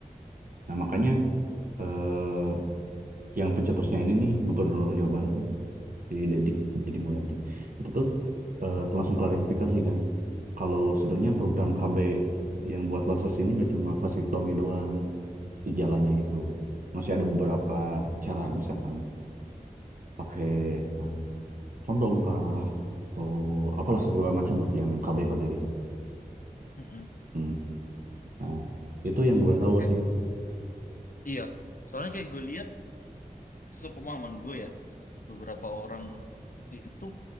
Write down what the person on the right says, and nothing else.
Nah, makanya eh, yang pencetusnya ini nih, Gubernur Jawa Barat nih, si Dedi, Dedi Mulyadi, itu tuh eh, langsung klarifikasi kan, kalau sebenarnya program KB yang buat bansos ini nggak cuma vasektomi doang, si jalannya itu. Masih ada beberapa cara, misalkan pakai eh, kondom kah, atau apalah segala macam lah yang KB-KB gitu.
Hmm. Nah, itu yang
gue tahu
sih.